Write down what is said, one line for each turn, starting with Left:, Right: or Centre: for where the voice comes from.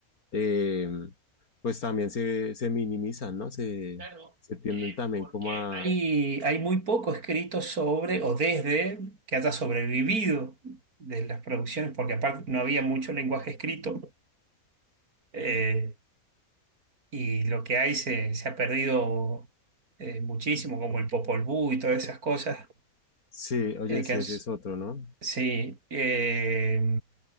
Left: eh, pues también se, se minimizan, ¿no? Se,
Right: Claro,
Left: se tienden
Right: eh,
Left: también
Right: porque
Left: como a,
Right: hay, Y hay muy poco escrito sobre o desde que haya sobrevivido de las producciones, porque aparte no había mucho lenguaje escrito eh, y lo que hay se, se ha perdido eh, muchísimo, como el Popol Vuh y todas esas cosas
Left: Sí, oye,
Right: eh, que
Left: sí,
Right: han
Left: ese
Right: s-
Left: es otro, ¿no?
Right: sí, eh,